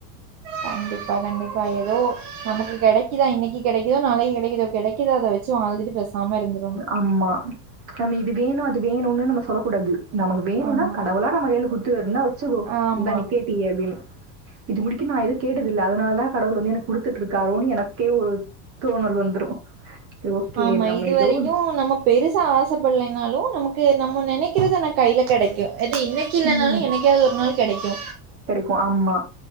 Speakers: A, on the right; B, on the right.
A: கண்டிப்பா கண்டிப்பா ஏதோ நமக்கு கெடைக்குதா இன்னைக்கு கெடைக்குதோ நாளைக்கு கெடைக்குதோ கெடைக்குறத வெச்சு வாழ்ந்துட்டு பேச் சாம இருந்துரணு
B: ஆம்மா நம்ம இது வேணு அது வேணுனு நம்ம சொல்லக்கூடாது நமக்கு வேணுனா
A: ஆமா
B: கடவுளா நம்ம கையில குத்து இந்தா வெச்சுக்கோ
A: ஆமா
B: இந்த நீ கே ட்டியே அப்டின்னு இது முடிக்கு நா எது கேட்டதில்ல அதனால தா கடவுள் வந்து எனக்கு குடுத்துட்ருக்காரோன்னு எனக்கே ஒரு தோனல் வந்தரு ஓகே
A: ஆமா.
B: நம்ம
A: இதுவரைக்கும்
B: ஏதோ
A: நம்ம பெருசா ஆசப்படலைனாலு நமக்கு நம்ம நெனக்கிறது ஆனா கையில கெடைக்கு அது இன்னை கி இல்லனாலு
B: ம்.
A: என்னைக்காது ஒரு நாள் கெடைக்கு
B: கு ஆமா